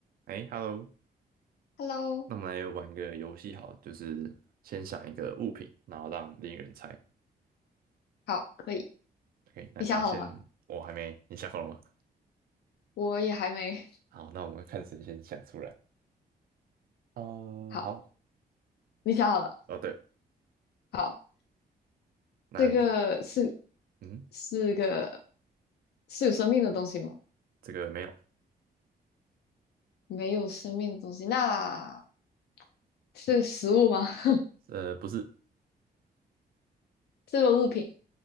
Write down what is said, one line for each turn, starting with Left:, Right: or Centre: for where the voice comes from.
Right: 哎，Hello，
Left: Hello，
Right: 那我们来玩个游戏好了就是先想一个物品，然后让另一个人猜。
Left: 好，可以。
Right: OK，那你要先，
Left: 你想好了吗？
Right: 我还没，你想好了吗？
Left: 我也还没。
Right: 好，那我们看谁先想出来。呃，
Left: <laughs> 好，
Right: 好，
Left: 你想好了。
Right: 哦对，
Left: 好，
Right: 那你是，
Left: 这个是
Right: 嗯，
Left: 是个是有生命的东西吗？
Right: 这个没有，
Left: 没有生命的东西，那是个食物吗？<laughs>
Right: 呃，不是，
Left: 这个物品。